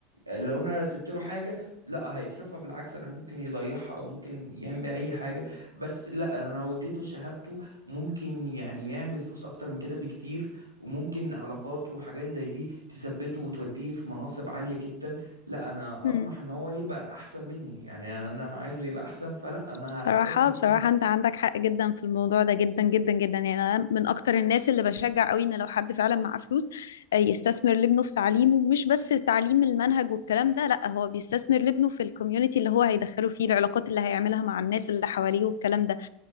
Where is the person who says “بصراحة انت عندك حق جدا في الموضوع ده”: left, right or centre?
Left